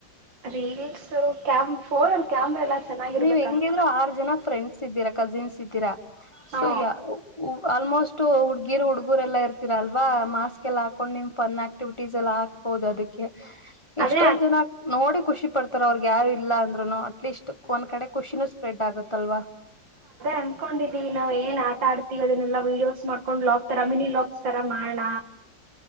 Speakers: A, on the right; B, on the left.
A: ರೀಲ್ಸ್ ಕ್ಯಾಮ ಫೋನ್ ಒ ಕ್ಯಾಮ್ರಾ ಎಲ್ಲ ಚೆನ್ನಾಗಿರ್ಬೇಕಲ್ವಾ
B: ನೀವ್ ಹೆಂಗಿದ್ರು ಆರು ಜನ ಫ್ರೆಂಡ್ಸ್ ಇದ್ದೀರ ಕಜನ್ಸ್ ಇದ್ದೀರಾ
A: ಹಾ
B: ಸಯ ಆಲ್ಮೋಸ್ಟ್ ಹುಡ್ಗಿರು ಹುಡ್ಗುರೆ ಎಲ್ಲಾ ಇರ್ತೀರಲ್ವಾ ಮಾಸ್ಕ್ ಎಲ್ಲ ಹಾಕೊಂಡ್ ನಿಮ್ ಫನ್ ಆಕ್ಟಿವಿಟೀಸ್ ಎಲ್ಲಾ ಹಾಕ್ಬೋದು ಅದಕ್ಕೆ ಎಷ್ಟೊಂದ್
A: ಅದೇ
B: ಜನ ಆಗ್ತ ನೋಡಿ ಖುಷಿ ಪಡ್ತಾರ ಅವ್ರಗ್ ಯಾರು ಇಲ್ಲ ಅಂದ್ರುನು ಅಟ್ಲೀಸ್ಟ್ ಒಂದ್ ಕಡೆ ಖುಷಿನೂ ಸ್ಪ್ರೆಡ್ ಆಗುತ್ತಲ್ವಾ
A: ಅನ್ಕೊಂಡಿದೀವಿ ನಾವ್ ಏನ್ ಆಟ ಆಡ್ತಿೀವಿ ಅದನ್ನೆಲ್ಲ ವೀಡಿಯೋಸ್ ಮಾಡ್ಕೊಂಡ್ ಬ್ಲಾಗ್ ತರಾ ಮಿನಿ್ಲಾಗ್ಸ್ ತರ ಮಾಡೋಣ